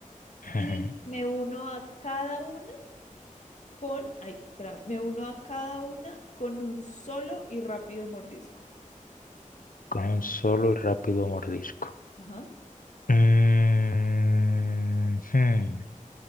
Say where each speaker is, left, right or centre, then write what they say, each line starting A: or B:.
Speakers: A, on the left; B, on the left.
A: Ujú,
B: Y
A: ujú.
B: me uno a cada una con, ay, espérame, me uno a cada una con un solo y rápido mordisco.
A: Con un solo y rápido mordisco.
B: Ajá,
A: Mm, hmm.